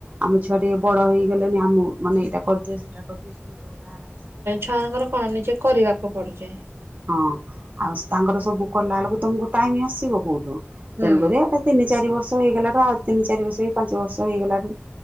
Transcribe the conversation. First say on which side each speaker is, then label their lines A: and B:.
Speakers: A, on the right (about 35°); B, on the right (about 70°).
A: ଆମ ଛୁଆ ଟିକେ ବଡ ହେଇଗଲେଣି ଆମ ମାନେ ଏଇଟା କରିଦିଅ ସେଟା କରିଦେ ସେ ଗୋଟେ ଗୋଟେ ଆରାମ ସେ
B: ସାର୍ ଙ୍କର କଁ ନିଜେ କରିବାକୁ ପଡ଼ୁଚି।
A: ହଁ ଆଉ ତାଙ୍କର ସବୁ କଲା ବେଳକୁ ତମକୁ ଟାଇମ ଆସିବ କୋଉଠୁ
B: ହୁଁ।
A: ତେଣୁକରି ଏଟା ତିନି ଚାରି ବର୍ଷ ହେଇଗଲାଟୁ ଆଉ ତିନି ଚାରି ବର୍ଷ କି ପାଞ୍ଚ ବର୍ଷ ହେଇଗଲାରୁୁ